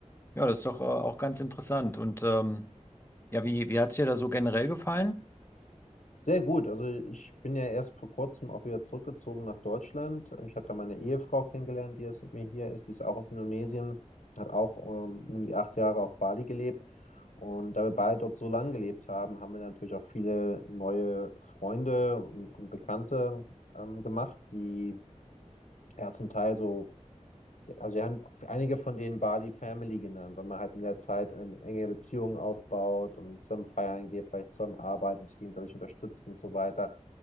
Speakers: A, on the left; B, on the left.
A: ja, das ist doch äh, auch ganz interessant. Und ähm, ja, wie, wie hat es dir da so generell gefallen?
B: Sehr gut. Also ich bin ja erst vor kurzem auch wieder zurückgezogen nach Deutschland. Ich habe da meine Ehefrau kennengelernt, die jetzt mit mir hier ist. Die ist auch aus Indonesien, hat auch ähm, um die acht Jahre auf Bali gelebt. Und da wir beide dort so lange gelebt haben, haben wir natürlich auch viele neue Freunde und, und Bekannte ähm, gemacht, die ja zum Teil so ja, Also wir haben einige von denen Bali Family genannt, weil man halt in der Zeit eine enge Beziehungen aufbaut und zusammen feiern geht, vielleicht zusammen arbeiten, sich gegenseitig unterstützt und so weiter.